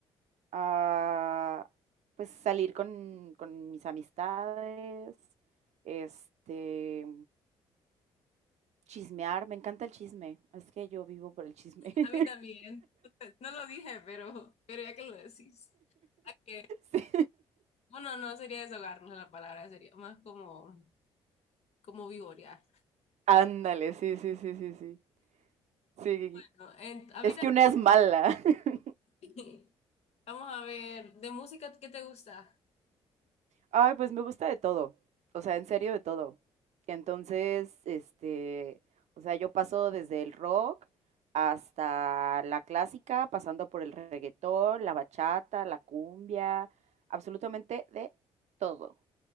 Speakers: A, on the right (about 65°); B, on the left (about 60°).
A: ah, pues salir con, con mis amistades, este, Chismear, me encanta el chisme. Es que yo vivo por el chisme. <laughs>
B: A mí también. No lo dije, pero, pero ya que lo decís. Hay que,
A: Sí.
B: bueno, no sería deshogarnos la palabra, sería más como, como vivorear.
A: Ándale, sí, sí, sí, sí, sí. Sí,
B: Bueno, en- a
A: es
B: mí
A: que una es mala. <laughs>
B: también. Vamos a ver, de música, ¿qué te gusta?
A: Ay, pues me gusta de todo. O sea, en serio, de todo. Entonces, este, o sea, yo paso desde el rock hasta la clásica, pasando por el reggaetón, la bachata, la cumbia, absolutamente de todo.